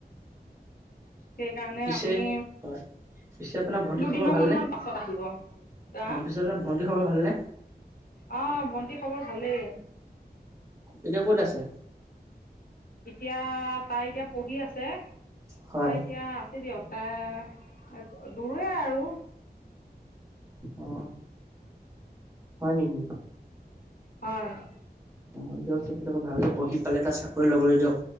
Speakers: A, on the left; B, on the right.
A: সেইকাৰণে
B: পিছে
A: আপুনি
B: হয় পিছে আপোনাৰ ভণ্টিৰ
A: দুদিনৰ
B: খবৰ ভালনে
A: মান মান পাছত আহিব অহ।
B: অ পিছে আপোনাৰ ভণ্টিৰ খবৰ ভালনে
A: অ ভন্টি খবৰ ভালেই।
B: এতিয়া ক'ত আছে।
A: এতিয়া তাই এতিয়া পঢ়ি আছে
B: হয়
A: তাই এতিয়া দিয়ক তাই দূৰে আৰু
B: অ হয় নেকি?
A: হয়
B: অ দিয়ক তেখেতক ভালকে পঢ়ি পেলাই এটা চাকৰি লবলে দিয়ক।